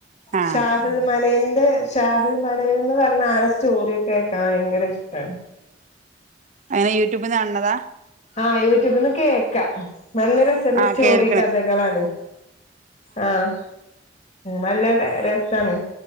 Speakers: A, on the right; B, on the left.
A: ആഹ്
B: ഷാഹുലും മലയിൽന്റെ ഷാഹുൽ മലയിൽ ന്ന് പറഞ്ഞ ആളെ സ്റ്റോറ്യോക്കെ കേക്കാൻ ഭയങ്കര ഇഷ്ട്ടാ
A: എങ്ങനെ യൂട്യൂബ്ന്ന് കാണ്ണ്താ
B: ആഹ് യൂട്യൂബ്ന്ന് കേക്കാ. നല്ല രസല്ല
A: ആഹ്
B: സ്റ്റോറി
A: കേൾക്കണ്
B: കഥകളാണ്. ആഹ് നല്ല ട്ടേ രസാണ്